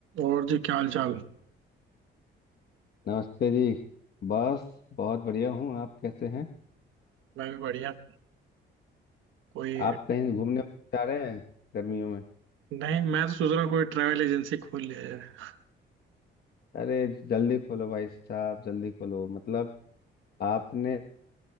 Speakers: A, on the right; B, on the left.
A: और जी क्या हाल चाल
B: नमस्ते जी बस बहुत बढ़िया हूँ आप कैसे हैं
A: मैं भी बढ़िया कोई
B: आप कहीं घूमने जा रहे हैं गर्मियों में
A: नहीं मैं तो सोच रहा हूँ कोई ट्रैवल एजेंसी खोल लिया जाए
B: अरे जल्दी खोलो भाई साहब जल्दी खोलो मतलब आपने